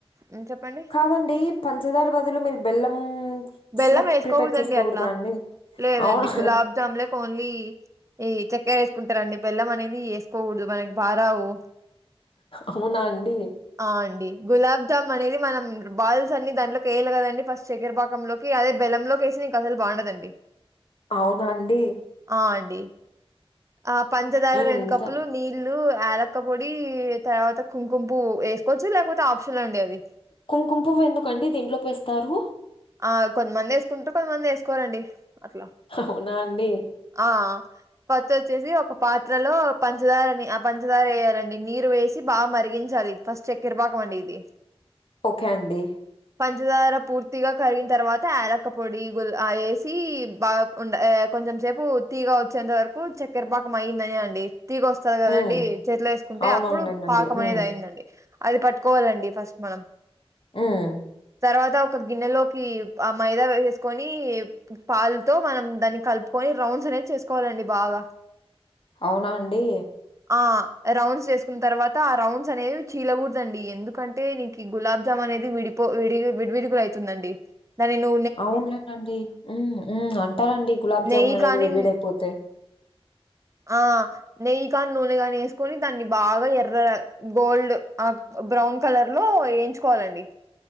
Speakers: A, on the right; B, on the left.
A: ఏం చెప్పండి
B: అదండి పంచదార బదులు మీరు బెల్లం
A: బెల్లం
B: సిరప్
A: వేసుకోగూడదండి
B: ప్రిపేర్ చేసుకోకూడదా
A: అట్లా
B: అండి?
A: లేదండి
B: అవునా
A: గులాబ్ జామ్ లకి ఓన్లీ ఈ చక్కె వేసుకుంటారంండి బెల్లం అనేది వేసుకోకూడదు మనకి బారావు
B: కూనా అండి
A: ఆ అండి గులాబ్జామ్ అనేది మనం బాల్స్ అన్ని దాంట్లోకి వేయాలి కదండి ఫస్ట్ చక్కరపాక చక్కెర పాకంలో అదే బెలంలో లోకేసి నీకు అసలు బాగుండదండి
B: అవునా అండి?
A: ఆ అండి ఆ పంచదార
B: హ్మ్.
A: రెండు కప్పులు
B: త
A: నీ ల్లు యాలక్క పొడి తర్వాత కుంకుం పువ్వు వేసుకోవచ్చు లేకపోతే ఆప్షన్ అండి అది
B: కుంకుం పువ్వు ఎందుకండి దీంట్లోకి వేస్తారు
A: ఆ కొంతమంది వేసుకుంటారు కొంతమంది వేసుకోరండి అట్లా
B: అవునా అండి
A: ఆ <unintelligible> పత్తి వచ్చేసి ఒక పాత్రలో పంచదారని పంచదార వేయాలండి నీరు వేసి బాగా మరిగించాలి ఇది ఫస్ట్ చెక్కర పాకం మండి ఇది
B: ఓకే అండి
A: పంచదార పూర్తి పూర్తిగా కరిగిన తర్వాత యాలక్క పొడి గుల్ వేసి బాగా ఉండ కొంచెం సేపు తీయగ వచ్చేంత వరకు చక్కెరపాకం అయిందని అండి తీగ వాస్ వస్తది కదండి
B: హ్మ్.
A: చేతిలో వేసుకుంటే
B: అవునవునులేండండి.
A: అప్పుడు పాకం
B: హ్మ్.
A: అనేది అయిందండి అది పట్టుకోవాలండి ఫస్ట్ మనం
B: ఉం
A: తర్వాత ఒక గిన్నెలోకి ఆ మైదా వేసేసుకొని పాలుతో మనం దాన్ని కలుపుకొని రౌండ్స్ అనేది చేసుకోవాలండి బాగా
B: అవునా అండి
A: ఆ రౌండ్స్ చేసుకున్న తర్వాత ఆ రౌండ్స్ అనేవి చీలకూడదండి ఎందుకంటే టే నీకు గులాబ్ జామున్ అనేది విడిపో వి విడివిడిగా అయితుందండి దాని ను
B: అవునులేనండి ఉం ఉం అంటారండి గులాబ్జామున్
A: నెయ్యి
B: అనేది
A: కాని
B: విడివిడి అయిపోతే
A: ఆ నెయ్యి కాని నూనె కానీ వేసుకొని దాన్ని బాగా ఎర్ర గోల్డ్ ఆ బ్రౌన్ కలర్ లో వేయించుకోవాలండి